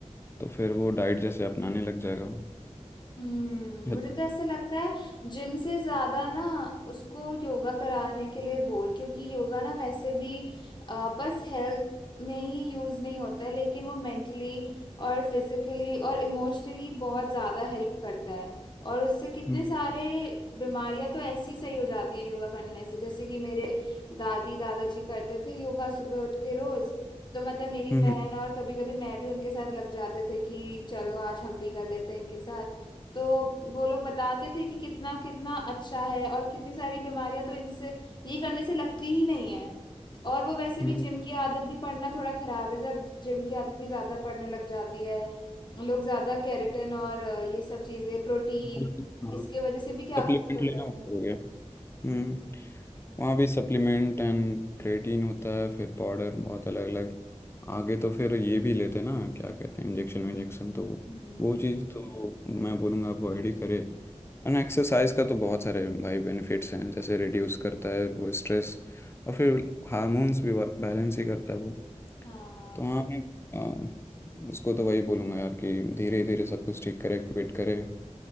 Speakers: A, on the left; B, on the left.
A: तो फिर वो डाइट जैसे अपनाने लग जाएगा
B: हम्म
A: हेल्दी
B: मुझे तो ऐसा लगता है जिम से ज्यादा ना उसको योगा कराने के लिए बोल क्योंकि योगा ना वैसे भी अ, बस हेल्थ में ही यूज नहीं होता है लेकिन वो मेंटली और फिजिकली और इमोशनली बहुत ज्यादा हेल्प करता है और उससे कितने
A: हम्म
B: सारे बीमारियां तो ऐसी सही हो जाती हैं योगा करने से जैसे कि मेरे दादी दादाजी करते थे योगा सुबह उठ के रोज तो मतलब मेरी
A: हम्म
B: बहन और कभी कभी मैं भी उनके साथ लग जाते थे कि चलो आज हम भी कर लेते हैं इनके साथ तो वो लोग बताते थे कि कितना कितना अच्छा है और कितनी सारी बीमारियां तो इनसे ये करने से लगती ही नहीं है और वो वैसे
A: हम्म,
B: भी जिम की आदत भी पड़ना थोड़ा खराब है जब जिम की आदत भी ज्यादा पड़ने लग जाती है लोग ज्यादा केराटिन और अ, ये सब चीजें प्रोटीन
A: सप्लीमेंट
B: इसके वजह से भी क्या
A: लेना
B: कुछ हो रहे हैं
A: होता है क्या हम्म वहाँ भी सप्लीमेंट एंड क्रेटीन होता है फिर पाउडर बहुत अलग अलग आगे तो फिर ये भी लेते ना क्या कहते हैं इंजेक्शन इंजेक्शन तो
B: हम्म
A: वो चीज़ तो मैं बोलूँगा अवॉइड ही करे एंड एक्सरसाइज का तो बहुत सारे भाई बेनिफिट्स हैं जैसे रिड्यूस करता है वो स्ट्रेस और फिर हार्मोन्स भी बैलेंस ही करता है वो
B: हाँ
A: तो हाँ मैं अ, उसको तो वही बोलूँगा यार कि धीरे धीरे सब कुछ ठीक करे क्विट करे